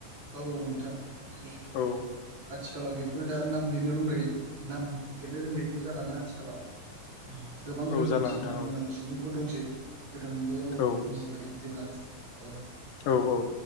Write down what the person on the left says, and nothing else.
औ
औ
जाला नोंथां
औ
औ
औ औ।